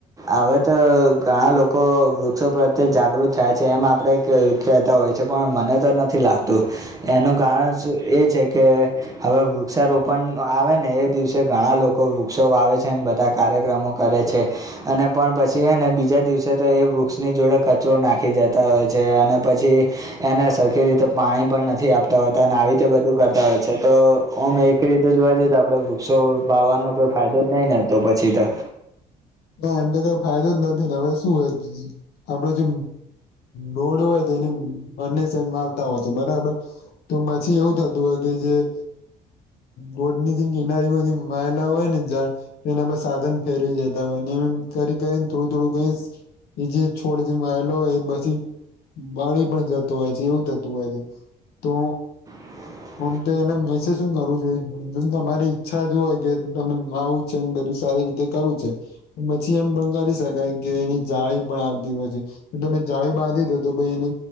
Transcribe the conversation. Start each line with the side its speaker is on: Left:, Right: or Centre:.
Right: હવે તો ઘણા લોકો વૃક્ષો પ્રત્યે જાગૃત થયા છે એમ આપડે કે કે કહેતા હોય છે. પણ મને તો નથી લાગતું એનું કારણ એ છે કે હવે વૃક્ષારોપણ આવે ને એ દિવસે ઘણા લોકો વૃક્ષો વાવે છે અને બધા કાર્યક્રમો કરે છે. અને પણ પછી હેને બીજા દિવસે તો એ વૃક્ષની જોડે કચરો નાખી જતા હોય છે. અને પછી એને સરખી રીતે પાણી પણ નથી આપતા હોતા અને આવી રીતે બધું કરતા હોય છે. તો ઓમ એક રીતે જોવા જઈએ તો આપણે વૃક્ષો વાવાનો કોઈ ફાયદો જ નહીં ને. તો પછી ત
Left: ના એમ તો કઈ ફાયદો જ નથી ને હવે શું હોય આપડે જે રોડ હોય તેની બંને સાઇડ માનતા હોય છે બરાબર. તો પછી એવું થતું હોય કે જે હ ગોડની જે કિનારીમાં હોય જેમ વાયેલા હોય ને ઝાડ તેના પર સાધન ફેરવી દેતા હોય અને એમ કરી કરીને થોડી થોડું થોડું કરી એ જે છોડ જેમ વાયલો એ પછી બળી પણ જતો હોય છે. એવું થતું હોય છે. તો
Right: <inaudible>
Left: ઓમ તો એને મેસેજ શું કરું જોઈએ જો તમારી ઈચ્છા જ હોય કે તમે <inaudible> છે ને બધું સારી રીતે કરવું છે. પછી એમ પણ કરી શકાય કે એની જાળી પણ આવતી હોય છે. તમે જાળી બાંધી દોતો તો એને